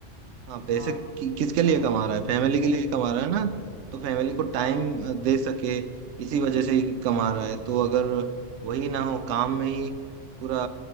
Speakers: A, on the right; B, on the left.
A: हाँ पैसे
B: हाँ
A: कि, किसके
B: मैं
A: लिए कमा रहा है फैमिली के लिए कमा रहा है ना तो फैमिली को टाइम
B: हाँ
A: दे सके इसी वजह से ही कमा रहा है तो अगर वही ना हो काम में ही पूरा